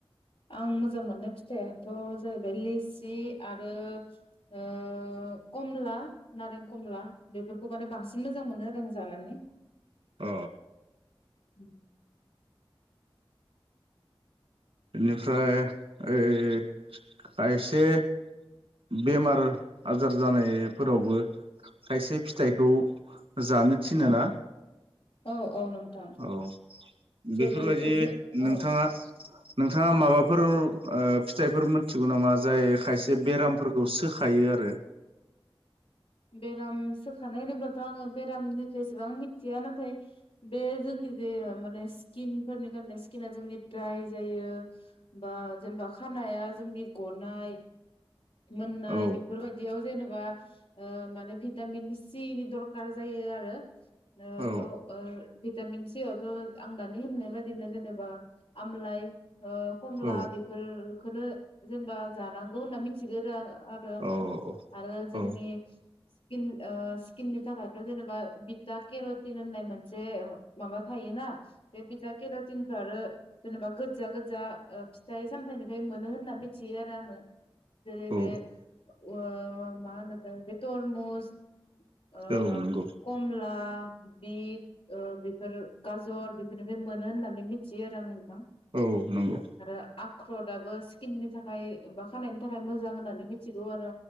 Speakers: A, on the left (about 80°); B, on the right (about 80°).
A: आं मोजां मोननाय फिथाइथ' जाहैबाय लिसि आरो ओ कमला नारें कमला बेफोर बेखौ माने बांसिन मोजां मोनो आरो आं जानानै
B: अ
A: <inaudible>
B: बेनिफ्राय ओइ खायसे बेमार आजार जानायफोरावबो खायसे फिथाइखौ जानो थिनो
A: औ
B: ना
A: औ औ नोंथां
B: औ
A: जेरै
B: बेफोरबायदि
A: जो
B: नोंथाङा
A: औ
B: <inaudible> नोंथाङा माबाफोर ओ फिथाइफोर मोनथिगौ नामा जाय खायसे बेरामफोरखौ सोखायो आरो
A: बेराम सोखानाय होनोब्लाथ' आङो बेरामनिफ्राय एसेबां मिथिया नाथाय बे जोंनि जे माने स्किनफोरनि खारने स्किना जोंनि द्राइ जायो बा जेनेबा खानाया जोंनि गनाय मोननाय
B: औ
A: बेफोरबायदियाव जेनेब बा ओ माने भिटामिन सि नि दरखार जायो आरो ओ
B: औ
A: थ' ओ भिटामिन सि आवथ' आं दानि होननाय बादिनो जेनेबा आमलाइ ओ खमला
B: औ
A: बेफोर बेखौनो जेनेबा जानांगौ होनना मिथिगौ आरो आं आरो आङो
B: औ
A: आरो जोंनि
B: औ
A: स्किन ओ स्किननि थाखायथ' जेनेबा भटा केर'टिन होननाय मोनसे माबा थायोना बे बिथा केेर' तिनखो आरो जेनेबा गोजा गोजा फिथाइ सामथाइनिफ्राय मोन मोनो होनना मिथियो आरो आंङो जेरै
B: औ
A: बे ओ मा <unintelligible> तरमुस ओ
B: औ नंगौ
A: कमला बिट ओ बेफोर गाजर बेफोरनिफ्राय मोनो होननानै मिथियो आरो आं <unintelligible>
B: औ नंगौ
A: आरो आख्रदाबो स्किननि थाखाय बा खानायनि थाखाय मोजां होननानै मिथिगौ आरो